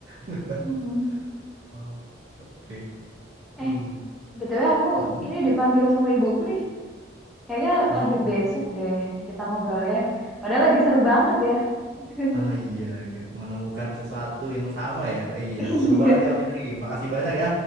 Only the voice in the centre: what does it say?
Mm-mm.
eh
btw aku
ini dipanggil sama ibuku nih Kayaknya
lanjut besok deh kita ngobrolnya. Padahal lagi seru banget ya. <laughs>
Iya,